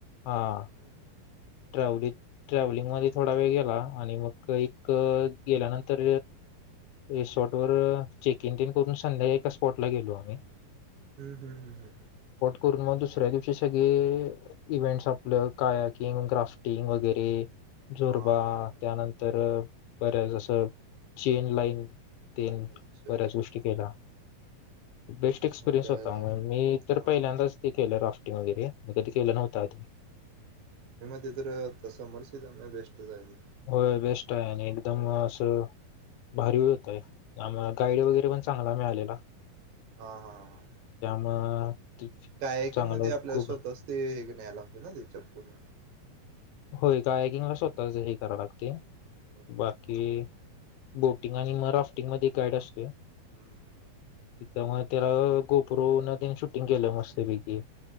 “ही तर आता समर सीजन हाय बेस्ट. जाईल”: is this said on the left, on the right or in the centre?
Right